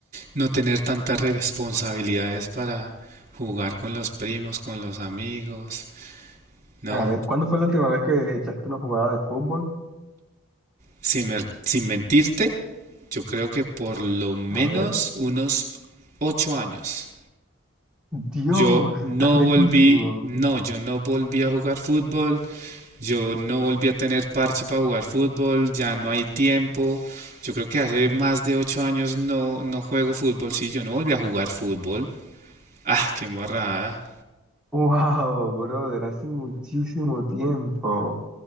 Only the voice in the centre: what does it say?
A ver, ¿cuándo fue la última vez que echaste una jugada de fútbol?
A ver.
Dios,
estás
lejísimo.
Wow, brother, hace muchísimo tiempo. O